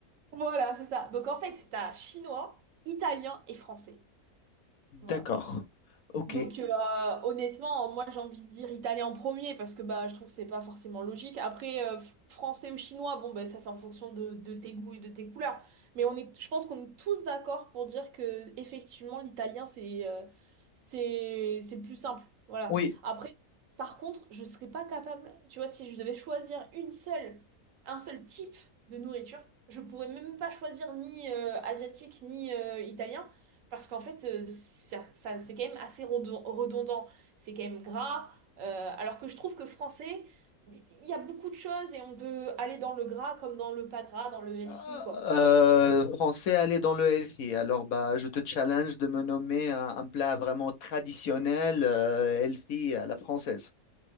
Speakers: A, on the right; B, on the left.
A: Voilà, c'est ça. Donc en fait, t'as chinois, italien et français.
B: D'accord.
A: Voilà.
B: Ok.
A: Donc euh, euh, honnêtement, euh, moi j'ai envie de dire italien en premier parce que bah, je trouve que c'est pas forcément logique. Après, euh, f- français ou chinois, bon bah, ça c'est en fonction de, de tes goûts et de tes couleurs. Mais on est, je pense qu'on est tous d'accord pour dire que effectivement l'italien c'est euh, c'est c'est le plus simple. Voilà.
B: Oui.
A: Après, par contre, je serais pas capable, tu vois, si je devais choisir une seule, un seul type de nourriture, je pourrais même pas choisir ni euh, asiatique ni euh, italien. Parce qu'en fait, euh, ça, ça- c'est quand même assez redon- redondant, c'est quand même gras, euh, alors que je trouve que français, il y a beaucoup de choses et on peut aller dans le gras comme dans le pas gras, dans le healthy,
B: Euh,
A: quoi.
B: français, aller dans le healthy. Alors, bah, je te challenge de me nommer un, un plat vraiment traditionnel, euh, healthy à la française.